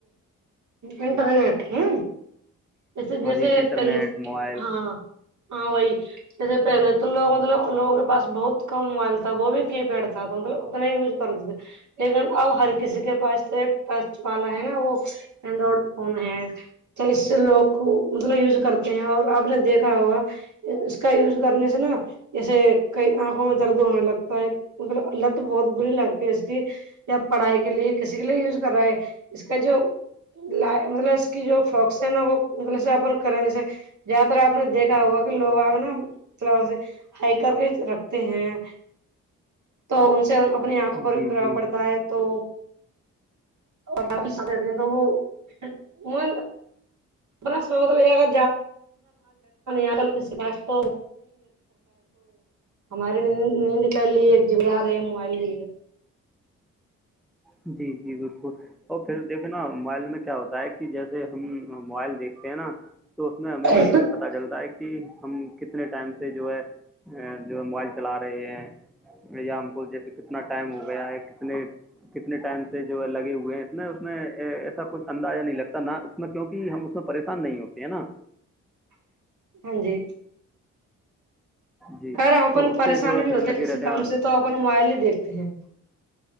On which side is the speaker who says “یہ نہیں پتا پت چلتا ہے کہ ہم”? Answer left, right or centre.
Centre